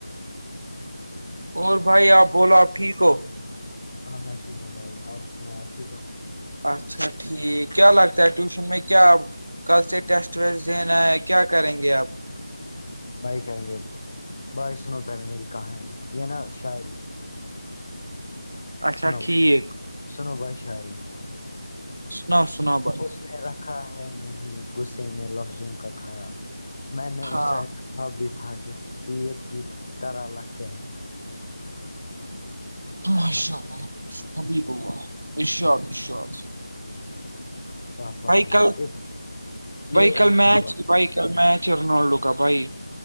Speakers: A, on the right; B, on the left.
A: اور بھائی آپ بولو آپ ٹھیک ہو
B: ہاں میں ٹھیک ہوں بھائی آپ سنا ٹھیک ہو
A: اچھا ٹھیک کیا لگتا ہے ٹیوشن میں کیا کل سے ٹیسٹ ویسٹ دینا ہے کیا کریں گے آپ
B: بائی کریں گے بائی سنو پہلے میری کہانی یہ نا شاعری
A: اچھا
B: سنوبائی
A: ٹھیک
B: سنوبائی شاہری
A: سناؤ سنا با
B: اس نے رکھا ہے نہیں غصے میں لفظوں کا خیال میں نے
A: ہاں
B: اسے اب بھی تھا کہ تیر کی طرح لگتے ہیں
A: ماشاء
B: سنا
A: اللہ ابھی با ارشاد ارشاد
B: واہ وائی
A: بھائی
B: واہ
A: کل
B: ایک یہ
A: بھائی کل
B: ایک
A: میچ
B: سنو واہ
A: بھائی کا میں چیرنالڈو کا بھائی